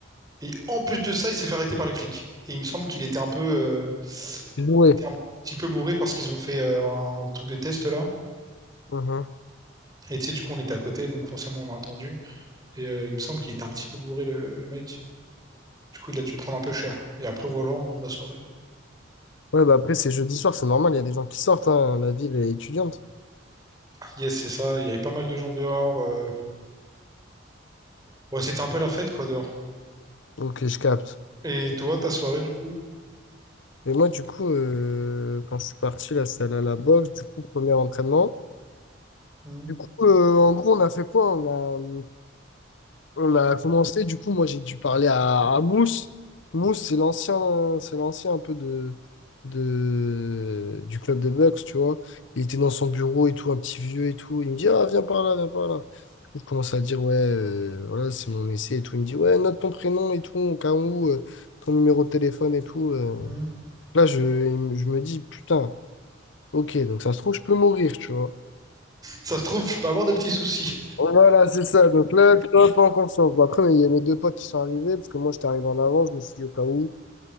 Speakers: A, on the right; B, on the left.
A: Et en plus de ça, il s'est fait arrêter par les flics. Et il me semble qu'il était un peu, euh,
B: Louer.
A: il était un petit peu bourré parce qu'ils ont fait euh, un truc de test là.
B: Mhm.
A: Et tu sais, du coup, on était à côté, donc forcément, on a entendu. Et euh, il me semble qu'il était un petit peu bourré, le, le mec. Du coup, il a dû prendre un peu cher. Et après, voilà, en gros, ma soirée.
B: Ouais, bah après, c'est jeudi soir, c'est normal, il y a des gens qui sortent, hein, la ville est étudiante.
A: Yes, c'est ça. Il y avait pas mal de gens dehors. euh. Ouais, c'était un peu la fête, quoi, dehors.
B: Ok, je capte.
A: Et toi, ta soirée, du coup?
B: Mais moi, du coup, euh, quand je suis parti, là, c'est allé à la boxe, du coup, premier entraînement.
A: Hum,
B: Du coup, euh, en gros, on a fait quoi? On a... On a commencé, du coup, moi j'ai dû parler à, à Mousse. Mousse, c'est l'ancien, c'est l'ancien un peu de, de, du club des Bucks, tu vois. Il était dans son bureau et tout, un petit vieux et tout. Il me dit, ah, viens par là, viens par là. Du coup, je commence à dire, ouais, euh, voilà, c'est mon essai et tout. Il me dit, ouais, note ton prénom et tout, au cas où, euh, ton numéro de téléphone et tout. euh.
A: hum.
B: Là, je, il me- je me dis, putain, ok, donc ça se trouve, je peux mourir, tu vois.
A: Ça se trouve, je peux avoir des petits soucis.
B: Voilà, c'est ça. Donc là, tu vois, pas en confiance. Bon, après, il y a mes deux potes qui sont arrivés, parce que moi, j'étais arrivé en avance, je me suis dit au cas où.